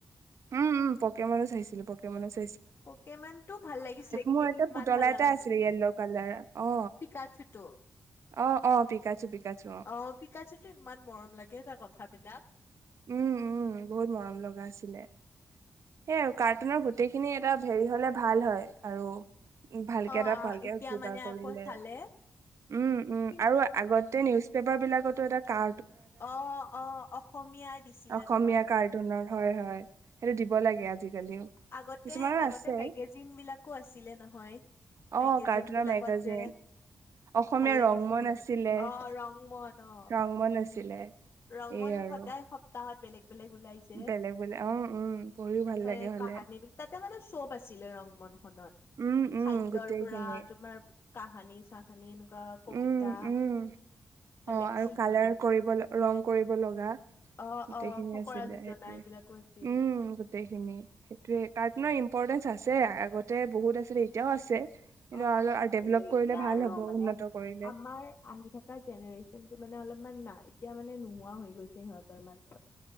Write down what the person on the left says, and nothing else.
পকেম'নটো ভাল লাগিছিলে। কিন্তু
ইমান
ভাল
লগা নাছিল।
পিকা চুটো
অ' পিকা চুটো ইমান মৰম লাগে তাৰ কথাবিলাক।
অ
এতিয়া
মানে
আকৌ চালে
কি
অ' অ অসমীয়াই দিছিলে
নহয়।
আগতে
আগতে
মেগাজিন বিলাকো আছিলে নহয়।
মেগাজিন
বিলাকত
যে
ভাল লাগিছিলে।
অ'ৰংমন অ'
ৰংমন
সদায় সপ্তাহত বেলেগ বেলেগ ওলাই যে
তাৰে
কাহানী বুলি তাতে মানে চব আছিলে ৰং মন খনত।
খাদ্য
ৰ পৰা তোমাৰ কাহানী- চাহানী বা কবিতা
ভাল
লাগিছিল
পঢ়ি
অ
অ ফকৰা
যোজনা
এইবিলাকো আছিল
অ'
কিন্তু এতিয়া
আৰু
মানে
আমাৰ আহি থকা জেনেৰেচন টো মানে অলপ ইমান নাই। এতিয়া মানে নোহোৱা হৈ গৈছে, সিহঁতৰ মাজত।